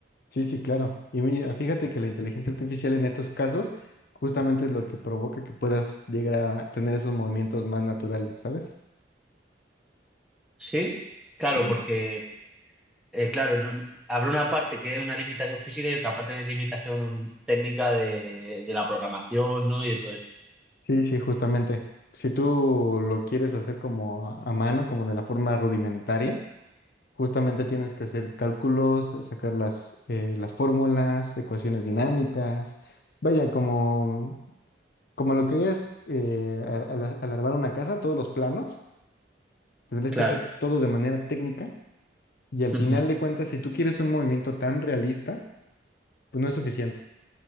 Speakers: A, on the left; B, in the centre.
A: Sí, sí, claro. Y mira, fíjate que la inteligencia artificial en estos casos justamente es lo que provoca que puedas llegar a tener esos movimientos más naturales, ¿sabes?
B: Sí, claro,
A: Sí.
B: porque eh, claro, no- habrá una parte que es una limitación física y otra parte de limitación técnica de, de la programación, ¿no? Y de todo esto.
A: Sí, sí, justamente. Si tú lo quieres hacer como a a mano, como de la forma rudimentaria, justamente tienes que hacer cálculos, sacar las, eh, las fórmulas, ecuaciones dinámicas, vaya, como, como lo que es eh, a- a la- alargar una casa, todos los planos, tendrías
B: Claro.
A: que hacer todo de manera técnica Y al
B: Ujú,
A: final de cuentas, si tú quieres un movimiento tan realista, pues no es suficiente.